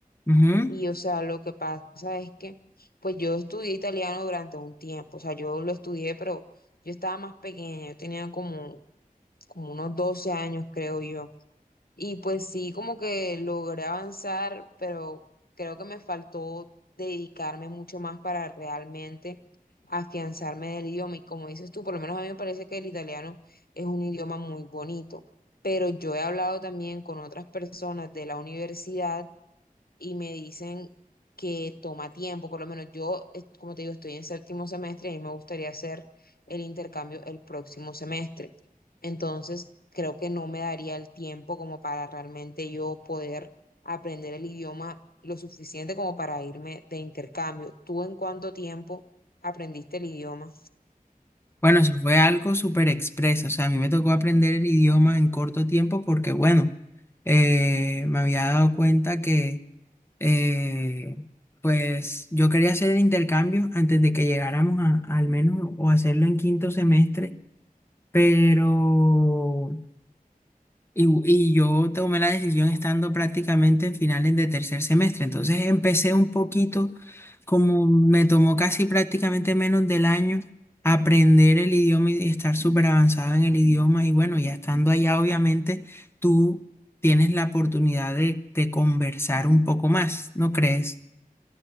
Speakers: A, on the left; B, on the left.
A: Ujú.
B: Y o sea, lo que pasa es que, pues yo estudié italiano durante un tiempo. O sea, yo lo estudié, pero yo estaba más pequeña, yo tenía como como unos 12 años, creo yo. Y pues sí, como que logré avanzar, pero creo que me faltó dedicarme mucho más para realmente afianzarme del idioma. Y como dices tú, por lo menos a mí me parece que el italiano es un idioma muy bonito, pero yo he hablado también con otras personas de la universidad y me dicen que toma tiempo, por lo menos yo, eh, como te digo, estoy en séptimo semestre y a mí me gustaría hacer el intercambio el próximo semestre. Entonces, creo que no me daría el tiempo como para realmente yo poder aprender el idioma lo suficiente como para irme de intercambio. ¿Tú en cuánto tiempo aprendiste el idioma?
A: Bueno, eso fue algo súper expreso. O sea, a mí me tocó aprender el idioma en corto tiempo porque, bueno, eh, me había dado cuenta que, eh, pues, yo quería hacer el intercambio antes de que llegáramos a, al menos o hacerlo en quinto semestre, pero y, y yo tomé la decisión estando prácticamente en finales de tercer semestre. Entonces empecé un poquito, como me tomó casi prácticamente menos del año, aprender el idioma y estar súper avanzada en el idioma. Y bueno, ya estando allá, obviamente, tú tienes la oportunidad de, de conversar un poco más, ¿no crees?